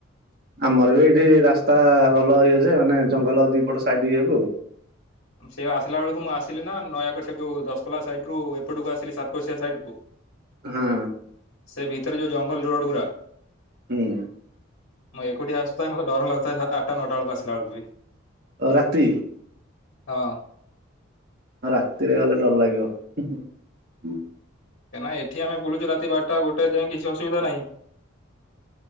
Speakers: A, on the right; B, on the left.
A: ଆମର ବି ଏଇଠି ରାସ୍ତା ଭଲ ଇଏ ଯେ, ମାନେ ଜଙ୍ଗଲ ଦିପଟ ସାଇଡ ଇଏକୁ।
B: ସେ ଆସିଲା ବେଳକୁ, ମୁଁ ଆସିଲି ନା, ନୟାଗଡ଼ ସେ ଯୋଉ ଦଶପଲ୍ଲା ସାଇଡ ରୁ ଅଟକୁ ଆସିଲି ସାତକୋଶିଆ ସାଇଡ କୁ,
A: ହଁ
B: ସେ ଭିତରେ ଯୋଉ ଜଙ୍ଗଲ ରଡ ଗୁରା
A: ହୁଁ
B: ମୁଁ ଏକୁଟିଆ ଆସୁଥାଏ, ମତେ ଡର ଲାଗୁ ତ ଆଠଟା, ନଟା ବେଳକୁ ଆସା ବେଳକୁ ବି
A: ଓ ରାତି!
B: ହଁ
A: ରାତିରେ ଗଲେ ଡର ଲାଗିବ। ଆଜ୍ ହୁଁ <unintelligible>
B: କାଁଇନା ଏଠି ଆମ ବୁଲୁ ରା ବାରଟା ଗୋଟେ ଯାଇଏ କିଛି ଅସବଧା ନାହିଁ